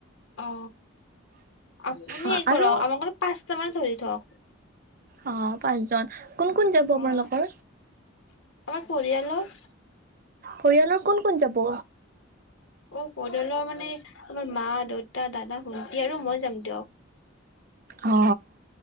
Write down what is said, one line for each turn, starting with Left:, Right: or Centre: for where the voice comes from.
Left: অ আপুনি
Right: অ'
Left: হে
Right: আৰু
Left: কৰক আমাৰ পাঁচটা মান ধৰি থওক।
Right: অ পাঁচজন। কোন কোন যাব আপোনালোকৰ?
Left: অ আমাৰ পৰিয়ালৰ
Right: পৰিয়ালৰ ক'ত কোন যাব
Left: অ পৰিয়ালৰ মানে আমাৰ মা দেউতা দাদা শুটি আৰু মই যাম দিয়ক।
Right: অ